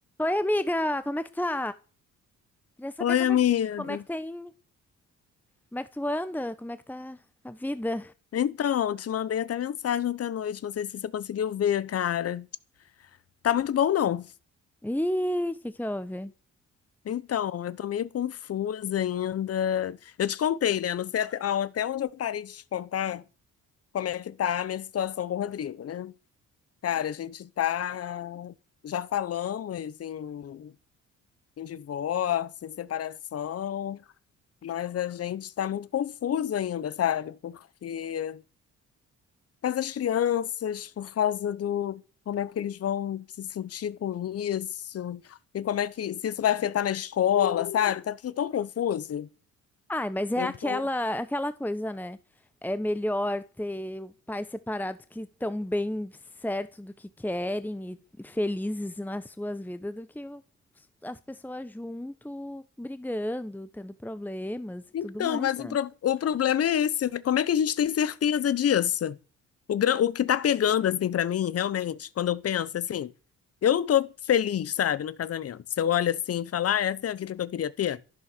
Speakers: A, in the centre; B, on the left.
A: Oi, amiga, como é que tá? Queria saber
B: Oi,
A: como
B: amiga.
A: é que, como é que tem, como é que tu anda, como é que tá a vida?
B: Então, te mandei até mensagem ontem à noite, não sei se você conseguiu ver, cara. Tá muito bom, não.
A: Ih, o que que houve?
B: Então, eu tô meio confusa ainda. Eu te contei, né? Não sei até, ah, até onde eu parei de te contar como é que tá a minha situação com o Rodrigo, né? Cara, a gente tá. Já falamos em, em divórcio, em separação, mas a gente tá muito confuso ainda, sabe? Porque Por causa das crianças, por causa do como é que eles vão se sentir com isso, e como é que se isso vai afetar na escola, sabe? Tá tudo tão confuso.
A: Ai, mas é
B: Eu
A: aquela
B: tô.
A: aquela coisa, né? É melhor ter o pais separados que estão bem certo do que querem e e felizes nas suas vidas do que o- as pessoas junto brigando, tendo problemas e
B: Então,
A: tudo mais,
B: mas
A: né?
B: o, pro- o problema é esse, né? Como é que a gente tem certeza disso? O, gran- o que tá pegando, assim, pra mim, realmente, quando eu penso, assim, eu não tô feliz, sabe, no casamento. Se eu olho assim e falar, ah, essa é a vida que eu queria ter?